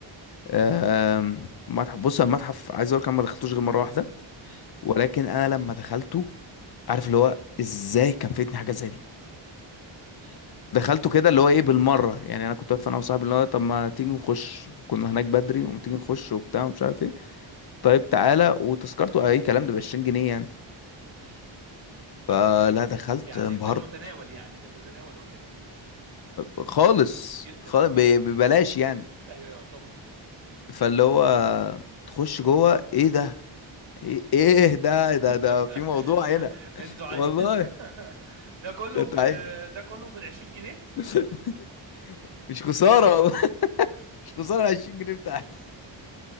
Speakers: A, on the left (about 50°); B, on the right (about 65°).
A: آم، متحف بص أنا المتحف عايز اقول لك أنا ما دخلتوش غير مره واحده
B: امم
A: ولكن انا لما دخلته عارف اللي هو ازاي كان فاتني حاجه زي دي
B: امم
A: دخلته كده اللي هو ايه بالمره يعني انا كنت واقف انا وصاحبي اللي هو طب ما تيجي نخش كنا
B: امم
A: هناك بدري وتيجي نخش وبتاع ومش عارف ايه طيب تعالى وتذكرته اي كلام ده ب 20 جنيه يعني
B: امم فاهمك
A: فلا
B: ايوه
A: دخلت
B: يعني
A: انبهرت
B: في المتناول يعني في المتناول وكده
A: خالص
B: جدا
A: خالص
B: اه
A: ب- ببلاش يعني
B: ايوه يعتبر
A: فاللي هو تخش جوه ايه ده
B: امم
A: ايه إيه ده ده ده
B: <laughs>
A: في موضوع هنا
B: انتوا عاي...
A: والله
B: <laughs> ده كله
A: ده تعال
B: ب... ده كله بال 20 جنيه
A: <laughs> مش خساره والله مش خساره 20 جنيه بتاعتي